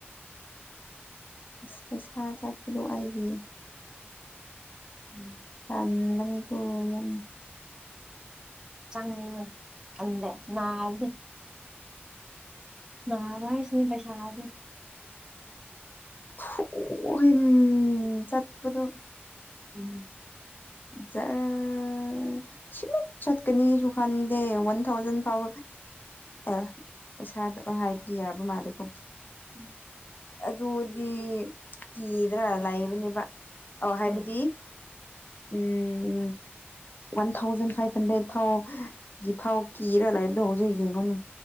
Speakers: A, on the left; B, on the right.
A: ꯑꯁ ꯄꯩꯁꯥ ꯆꯠꯄꯗꯣ ꯑꯩꯒꯤ
B: ꯎꯝ
A: ꯇꯟꯕꯅꯤ ꯀꯣ ꯌꯥꯝꯅ
B: ꯆꯪꯅꯤꯡ ꯈꯪꯗꯦ ꯅꯥꯕꯁꯤ ꯅꯥꯕ ꯍꯥꯏꯁꯤꯅꯦ ꯄꯩꯁꯥꯥ ꯍꯥꯏꯁꯦ
A: ꯊꯨ <unintelligible> ꯆꯠꯄꯗꯣ
B: ꯎꯝ
A: ꯖ꯭ꯔ ꯎꯝ ꯁꯤꯠ ꯆꯠꯀꯅꯤꯁꯨ ꯈꯟꯗꯦ ꯋꯥꯟ ꯊꯥꯎꯖꯟ ꯐꯥꯎ ꯑꯦ ꯄꯩꯁꯥꯗꯣ ꯍꯥꯏꯕꯗꯤ ꯌꯥꯕ ꯃꯥꯜꯂꯦꯀꯣ
B: ꯎꯝ
A: ꯑꯗꯨꯗꯤ ꯀꯤꯗ꯭ꯔꯥ ꯂꯩꯕꯅꯦꯕ ꯑꯧ ꯍꯥꯏꯕꯗꯤ
B: ꯎꯝ
A: ꯎꯝ ꯋꯥꯟ ꯊꯥꯎꯖꯟ ꯐꯥꯏꯚ ꯍꯟꯗ꯭ꯔꯦꯗ ꯐꯥꯎ ꯒꯤ ꯐꯥꯎ ꯀꯤꯔ ꯂꯥꯏꯕꯗꯣ ꯍꯧꯖꯤꯛ ꯌꯦꯡꯉꯣꯅꯦ